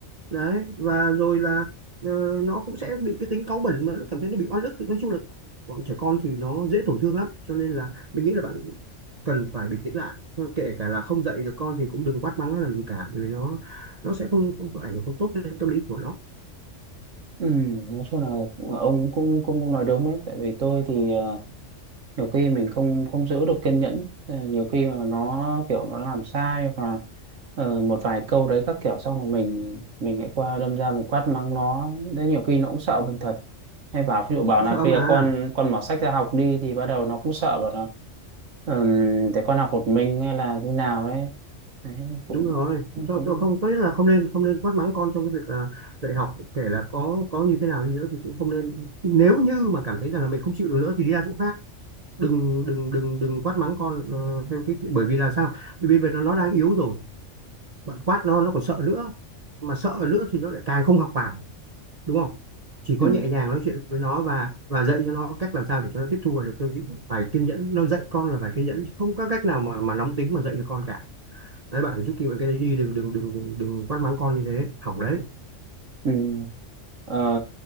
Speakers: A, on the right; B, on the right.
A: đấy và rồi là ờ, nó cũng sẽ bị cái tính cáu bẩn mà nó cảm thấy nó bị oan ức nói chung là bọn trẻ con thì nó dễ tổn thương lắm cho nên là mình nghĩ là bạn cần phải bình tĩnh lại Thôi, kể cả là không dạy được con thì cũng đừng quát mắng nó làm gì cả bởi vì nó nó sẽ không không có ảnh hưởng không tốt đến tâm lý của nó
B: ừ, nói chung là ông cũng cũng cũng nói đúng đấy tại vì tôi thì ờ, nhiều khi mình không không giữ được kiên nhẫn Ờ, nhiều khi mà nó kiểu nó làm sai và ờ, một vài câu đấy các kiểu xong là mình mình lại qua đâm ra mình quát mắng nó đấy nhiều khi nó cũng sợ mình thật hay bảo ví dụ bảo là
A: sợ
B: bây
A: mà
B: giờ con con mở sách ra học đi thì bắt đầu nó cũng sợ bảo là ừ, để con học một mình hay là như nào đấy đấy cũng
A: đúng rồi
B: cũng
A: tôi,
B: cũng
A: tôi không tốt nhất là không nên không nên quát mắng con trong cái việc là dạy học kể là có có như thế nào đi nữa thì cũng không nên nếu như mà cảm thấy rằng là mình không chịu được nữa thì đi ra chỗ khác đừng đừng đừng đừng quát mắng con ờ, theo cái cái bởi vì là sao bởi vì bây giờ nó đang yếu rồi bạn quát nó nó còn sợ nữa mà sợ nữa thì nó lại càng không học vào đúng không chỉ
B: ừ.
A: có nhẹ nhàng nói chuyện với nó và và dạy cho nó cách làm sao để cho nó tiếp thu và được tôi phải kiên nhẫn nó dạy con là phải kiên nhẫn không có cách nào mà mà nóng tính mà dạy được con cả đấy bạn phải giúp kịp cái đấy đi đừng đừng đừng đừng đừng quát mắng con như thế hỏng đấy
B: Ừ. Ờ,